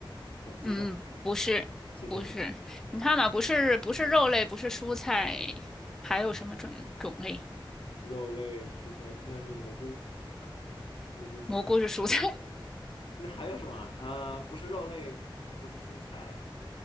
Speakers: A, on the left (about 80°); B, in the centre.
A: 我只想，
B: 嗯，不是，
A: 我现在只想
B: 不是。你看嘛，不是，不是肉类，不是蔬菜，还有什么种种类？
A: 肉类、蔬菜，那是蘑菇，蘑菇是蔬菜。
B: 蘑菇是蔬菜，
A: 那还有什么啊？呃，不是肉类，不是蔬菜，